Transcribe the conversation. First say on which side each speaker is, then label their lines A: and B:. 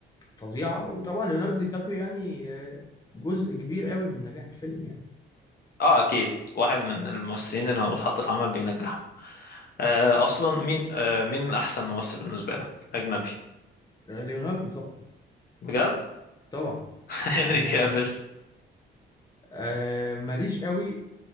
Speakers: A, on the left (about 20°); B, on the left (about 50°).
A: فظيعة وطبعا ليوناردو دي كابريو يعني آه، جزء كبير قوي من نجاح الفيلم يعني
B: آه أكيد واحد من الممثلين اللي لما بتحط في عمل بينجحوا آه، اصلا مين آه، مين احسن ممثل بالنسبه لك اجنبي
A: آه، ليوناردو طبعا
B: بجد
A: طبعا
B: <laughs> هنري
A: انا
B: كافيل
A: آه ماليش قوي